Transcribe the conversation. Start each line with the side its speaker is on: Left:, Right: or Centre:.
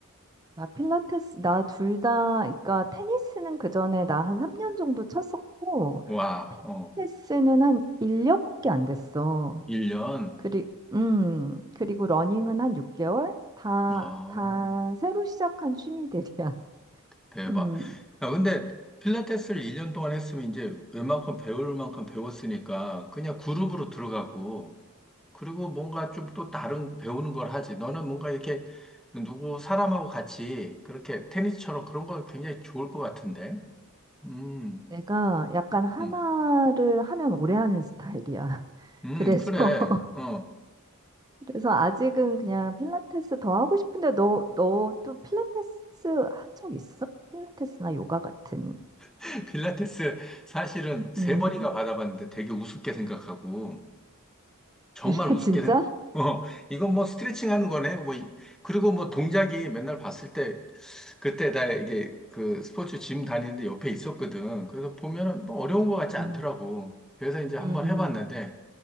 Right: 나 필라테스, 나 둘 다, 그러니까 테니스는 그 전에 나 한 3년 정도 쳤었고,
Centre: 와. 어.
Right: 필라테스는 한 1년밖에 안 됐어.
Centre: 1년.
Right: 그리, 음, 그리고 러닝은 한 6개월? 다,
Centre: 아.
Right: 다 새로 시작한 취미들이야. <laughs>
Centre: 대박.
Right: 음,
Centre: 야, 근데 필라테스를 1년 동안 했으면 이제 웬만큼 배울 만큼 배웠으니까 그냥 그룹으로 들어가고 그리고 뭔가 좀 또 다른 배우는 걸 하지. 너는 뭔가 이렇게 누구 사람하고 같이 그렇게 테니스처럼 그런 거 굉장히 좋을 것 같은데. 음,
Right: 내가 약간 하나를
Centre: 음,
Right: 하면 오래 하는 스타일이야. <laughs>
Centre: 음,
Right: 그래서,
Centre: 그래.
Right: <laughs>
Centre: 어.
Right: 그래서 아직은 그냥 필라테스 더 하고 싶은데, 너, 너도 필라테스 한 적 있어? 필라테스나 요가 같은.
Centre: <laughs> 필라테스 사실은 세
Right: 음.
Centre: 번이나 받아봤는데 되게 우습게 생각하고 정말
Right: <laughs>
Centre: 우습게
Right: 진짜?
Centre: 생각. <laughs> 어, 이건 뭐 스트레칭 하는 거네. 뭐 이- 그리고 뭐 동작이 맨날 봤을 때 그때 나 이게 그 스포츠 짐 다니는데 옆에 있었거든. 그래서 보면은 뭐 어려운 거 같지
Right: 음,
Centre: 않더라고. 그래서 이제 한번
Right: 음, 음,
Centre: 해봤는데